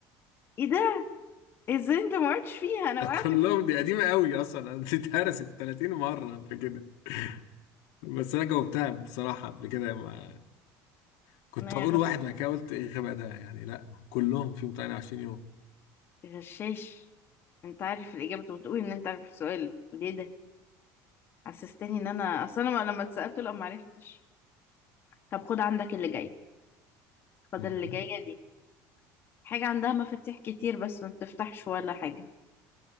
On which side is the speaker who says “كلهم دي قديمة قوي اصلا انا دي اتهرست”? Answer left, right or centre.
Left